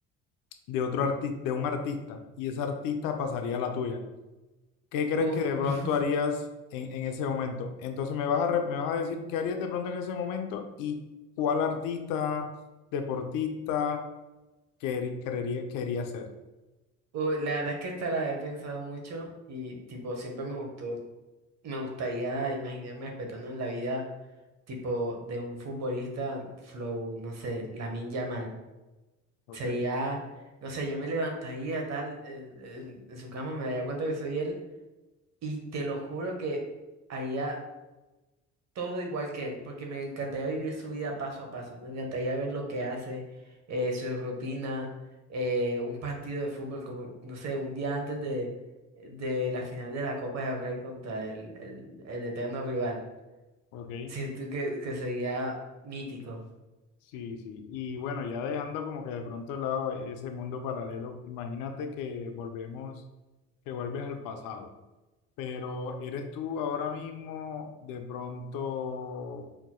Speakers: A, on the left (about 75°); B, on the right (about 50°).
A: de otro artista, de un artista, y ese artista pasaría a la tuya? ¿Qué crees
B: Uf,
A: que de pronto
B: <laughs>
A: harías en, en ese momento? Entonces me vas a, re- me vas a decir qué harías de pronto en ese momento y cuál artista, deportista quer- querería- quería hacer.
B: uf, la verdad es que esta la he pensado mucho y tipo siempre me gustó, me gustaría imaginarme respetando en la vida tipo de un futbolista flow, no sé, Lamine Yamal.
A: Ok,
B: Sería, no sé, yo me levantaría tal eh, en en su cama, me daría cuenta que soy él y te lo juro que haría todo igual que él, porque me encantaría vivir su vida paso a paso, me encantaría ver lo que hace, eh, su rutina, eh, un partido de fútbol, como, no sé, un día antes de, de la final de la Copa del Rey contra el, el, el eterno rival.
A: ok,
B: Siento que, que sería mítico.
A: sí, sí. Y bueno, ya dejando como que de pronto de lado ese mundo paralelo, imagínate que volvemos, que vuelves al pasado, pero eres tú ahora mismo de pronto,